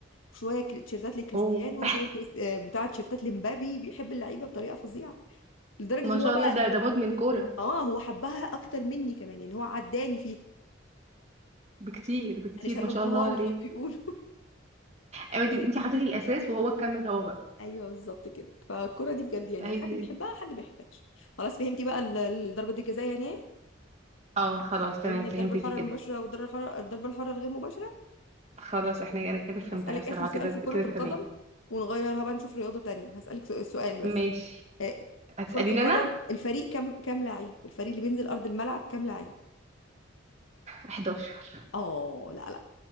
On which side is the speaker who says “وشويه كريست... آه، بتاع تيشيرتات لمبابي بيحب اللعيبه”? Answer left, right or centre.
Left